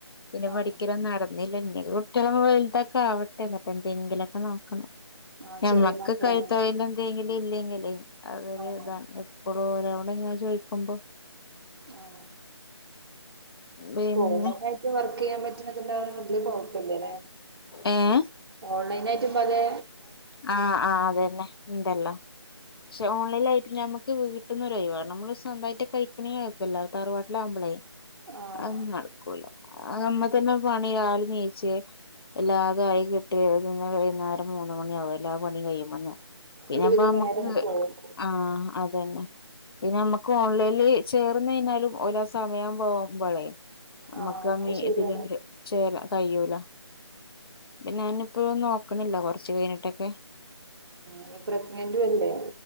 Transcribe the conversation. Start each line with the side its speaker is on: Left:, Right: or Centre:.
Left: പിന്നെ
Right: ആഹ്
Left: പഠിക്കറ നട ന്നില്ല ഇനി കുട്ടികളോക്കെ വലുതൊക്കെ ആവട്ടെ എന്നിട്ടെന്തെങ്കിലും ഒക്കെ നോക്കണം.
Right: ആഹ്
Left: ഞമ്മക്ക്
Right: ചെറിയ മക്കളല്ലേ
Left: കൈ തൊഴിൽ എന്തെങ്കിലും ഇല്ലെങ്കിലേ അതൊരു
Right: ആഹ്
Left: ഇതാണ്. ഓരോടെ ഇങ്ങനെ ചോദിക്കുമ്പോ
Right: ആ
Left: പിന്നെ
Right: ഓൺലൈന ആയിട്ട് വർ ക്കെയ്യാൻ പറ്റുന്നൊണ്ട് ഇണ്ടയോണ്ട് വെല്യ കുഴപ്പല്ലല്ലേ
Left: ഏഹ്
Right: ഓൺലൈനായിട്ടും പലെ
Left: ആഹ് ആഹ് അതന്നെ ഉണ്ടല്ലോ പക്ഷെ ഓൺലൈൻ ആയിട്ട് ഞമ്മ വീട്ടന്നൊരായിണം നമ്മള് സ്വന്തമായിട്ട് കഴിക്കണി ആക്കല്ല തറുവാട്ടില ആവുമ്പളേ
Right: ആഹ്
Left: അത് നടക്കൂല
Right: അതെ
Left: നമ്മ തന്നെ പണി <unintelligible> ചെ എല്ലാതും ആയി കിട്ടി <unintelligible> വൈകുന്നേരം മൂന്ന് മണിയാകും എല്ലാ പണിയും കഴിയുമ്പന്ന പിന്നെപ്പ
Right: ഒരുവിധം
Left: ഞമ്മക്ക്
Right: നേരങ്ങ് പോവും
Left: ആ അതന്നെ പിന്നെ ഞമ്മക്ക് ഓൺലൈനി ഇതില് ചേർന്നയിഞ്ഞാലും ഓലാസമയാവുമ്പൊ <unintelligible> നമ്മക്കാമ്പി
Right: ആഹ് അത് ശരിയാണ്
Left: ഇതിലെങ്കിൽ ചേരാ. കയ്യൂല പിന്നെ ഞാനിപ്പോന്നും നോക്കണില്ല കുറച്ച് കഴിഞ്ഞിട്ടിക്കെ
Right: മം പ്രഗ്നന്റും അല്ലേ?